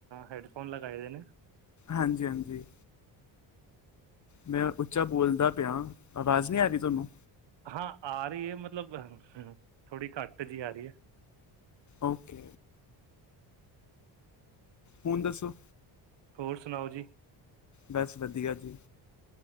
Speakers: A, on the right; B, on the left.
A: ਹੈਡਫੋਨ ਲਗਾਏ ਹੋਏ ਨੇ।
B: ਹਾਂਜੀ-ਹਾਂਜੀ। ਮੈਂ ਉੱਚਾ ਬੋਲਦਾ ਪਿਆ ਆਵਾਜ਼ ਨਹੀਂ ਆ ਰਹੀ ਤੁਹਾਨੂੰ?
A: ਹਾਂ ਆ ਰਹੀ, ਮਤਲਬ ਥੋੜ੍ਹੀ ਘੱਟ ਜਿਹੀ ਆ ਰਹੀਆਂ।
B: ਓਕੇ। ਹੁਣ ਦੱਸੋ?
A: ਹੋਰ ਸੁਣਾਓ ਜੀ?
B: ਬਸ ਵਧੀਆ ਜੀ।